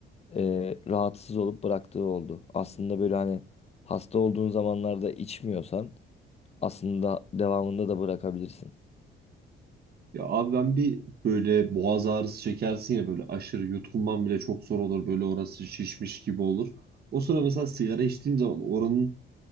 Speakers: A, on the left (about 30°); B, on the right (about 50°).
A: e, rahatsız olup bıraktığı oldu. Aslında böyle hani hasta olduğun zamanlarda içmiyorsan aslında devamında da bırakabilirsin.
B: Ya abi ben bir böyle boğaz ağrısı çekersin ya böyle aşırı yutkunman bile çok zor olur böyle orası şişmiş gibi olur. O sıra mesela sigara içtiğim zaman oranın